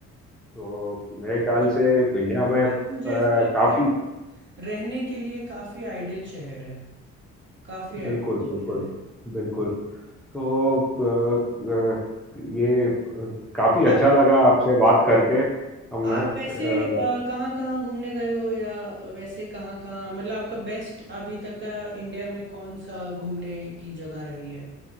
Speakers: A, in the centre; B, on the right.
A: तो मेरे
B: ये
A: ख्याल
B: तो-
A: से इंडिया में
B: मुंबई
A: अ,
B: मुझे ऐसा लगता
A: काफी
B: है कि रहने के लिए काफी आइडियल शहर है काफी आइडिया
A: बिल्कुल बिल्कुल
B: यार है
A: बिल्कुल तो अ, अ, ये अ, काफी अच्छा
B: आप
A: लगा आपसे बात करके हमने
B: आप वैसे
A: अ,
B: कहाँ कहाँ घूमने गए हो या वैसे कहाँ कहाँ मतलब आपका बेस्ट अभी तक का इंडिया में कौन सा घूमने की जगह रही है